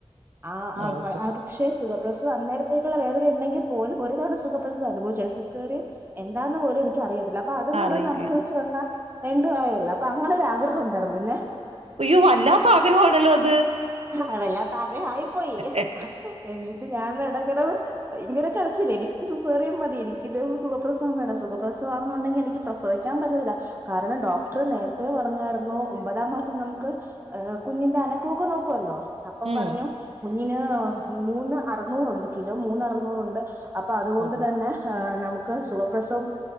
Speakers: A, on the right; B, on the right.
A: ആ, ആ
B: ഓഹോ
A: പ അത് പക്ഷേ സുഖ പ്രസവം അന്നേരത്തേക്കുള്ള വേദന ഉണ്ടെങ്കി പോലും ഒരു തവണ സുഖ പ്രസവം അനുഭവിച്ചാണ്, സിസേറിയൻ എന്താന്ന് പോലും എനിക്ക് അറിയത്തില്ല. അപ്പൊ അതും
B: അറിയില്ല
A: കൂടെ ഒന്ന് അനുഭവിച്ച് വന്ന വിണ്ടും ആയല്ലോ, അപ്പൊ അങ്ങനൊരാഗ്രഹം ഉണ്ടായിരുന്നു. പിന്നെ.
B: അയ്യോ വല്ലാത്ത ആഗ്രഹമാണല്ലോ അത്
A: അ വല്ലാത്താ ആഗ്രഹം ആയിപ്പോയി.
B: എ,
A: എന്നിട്ട് ഞാൻ എടക്കെടവ്. ഭയങ്കര കരച്ചില്, എനിക്ക് സിസേറിയ മതി എനിക്കരു സുഖപ്രസവം വേണ്ട സുഖപ്രസവം ആണന്നുണ്ടങ്കി എനിക്ക് പ്ര സവിക്കാൻ പറ്റത്തില്ല കാരണം ഡോക്ടർ നേ നേരത്തെ പറഞ്ഞായിരുന്നു ഒമ്പതാം മാസം നമുക്ക് ഹ് കുഞ്ഞിന്റെ അനക്കൊക്ക നോക്കുവല്ലോ. അപ്പൊ
B: ഉം
A: പറഞ്ഞു കുഞ്ഞിന് മൂന്ന് അറുന്നൂറുണ്ട് കിലോ മൂന്ന് അറുന്നൂറുണ്ട് അപ്പൊ അതുകൊണ്ട്
B: ഓ
A: തന്നെ ഏ നമുക്ക് സുഖപ്രസവം